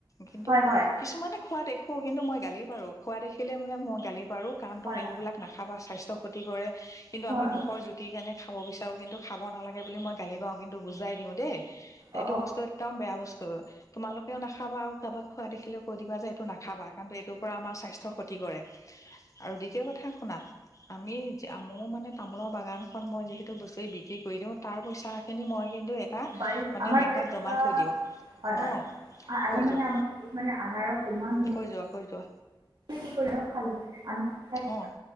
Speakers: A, on the left; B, on the right.
A: কিন্তু
B: হয় হয়
A: কিছুমানে খোৱা দেখো। কিন্তু মই গালি পাৰো। খোৱা দেখিলে মানে ম গালি। পাৰ কাৰণ তো।
B: হয়
A: এইবিলাক নাখাবা স্বাস্থ্য, ক্ষতি কৰে। কিন্তু
B: হয়
A: আমি মুখৰ জুতিৰ কাৰণে। খাব বিচাৰোঁ কিন্তু খাব নালাগে বুলি মই গালি পাৰো। কিন্তু বুজাই দিওঁ দেই।
B: অঁ
A: এইটো
B: অঁ
A: বস্তু একদম বেয়া বস্তু তোমাল। ও ', নাখাবা আৰু কাৰোবাক খোৱা দেখিলেও কৈ দিবা যে এইটো নাখাবা কাৰণ এইটোৰ পৰা আমাৰ স্বাস্থ্য ক্ষতি কৰে আৰু দ্বিতীয় কথা শুনা আমি <unintelligible> মোৰ মানে তামোলৰ বাগানখন মই যিহেতু বছৰি বিক্ৰী কৰি দিওঁ। তাৰ পইচাখিনি মই কিন্তু। এটা
B: বাৰীত
A: মানে
B: আমাৰ
A: বেংকত
B: বাৰীত
A: জমা
B: হয়
A: থৈ দিওঁ
B: -হয়
A: অ
B: আ',
A: কৈ
B: মানে
A: যোৱা
B: আমাৰ বাৰীত মানে আনাৰক ইমান।
A: কৈ যোৱা কৈ যোৱা।
B: খেতি কৰিও খালোঁ। আনাৰস খাই লৈ
A: অ',